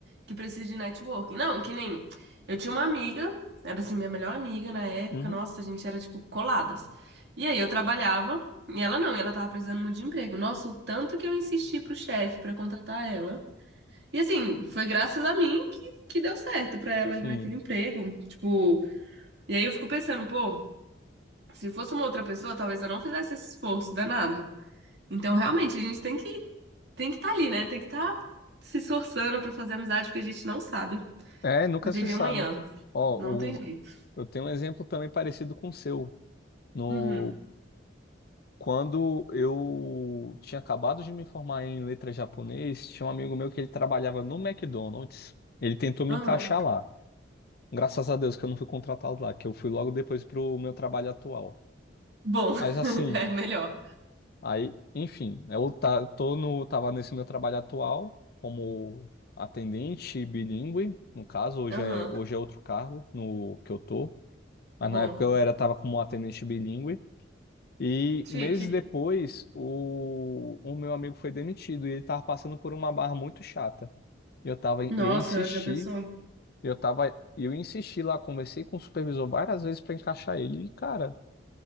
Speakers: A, on the right; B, on the left.
A: que precisa de networking. Não, que nem eu tinha uma amiga, era assim minha melhor amiga na época,
B: Uhum,
A: nossa, a gente era tipo coladas. E aí eu trabalhava e ela não, e ela tava precisando muito de emprego. Nossa, o tanto que eu insisti pro chefe pra contratar ela. E assim, foi graças a mim que, que deu certo pra ela
B: Sim.
A: ali naquele emprego. Tipo, e aí eu fico pensando, pô, se fosse uma outra pessoa, talvez eu não fizesse esse esforço danado. Então, realmente, a gente tem que tem que estar ali, né? Tem que estar se esforçando pra fazer amizade, porque a gente não sabe
B: É, nunca
A: o dia
B: se
A: de
B: sabe.
A: amanhã.
B: Ó,
A: Não tem
B: o-
A: jeito.
B: eu tenho um exemplo também parecido com o seu. No
A: Uhum.
B: Quando eu tinha acabado de me formar em letras japonês, tinha um amigo meu que ele trabalhava no McDonald's. Ele tentou me
A: Aham.
B: encaixar lá. Graças a Deus que eu não fui contratado lá, que eu fui logo depois pro meu trabalho atual.
A: Bom,
B: Mas assim,
A: <laughs> é melhor.
B: aí, enfim, eu tá, tô no, tava nesse meu trabalho atual como atendente bilíngue, no caso, hoje
A: Aham.
B: é, hoje é outro cargo no que eu tô. Mas
A: Bom,
B: na época eu era, tava como atendente bilíngue. E
A: chique.
B: meses depois, o, o meu amigo foi demitido e ele estava passando por uma barra muito chata. E eu tava,
A: Nossa,
B: eu insisti,
A: já pensou?
B: eu tava, eu insisti lá, conversei com o supervisor várias vezes para encaixar ele. E, cara,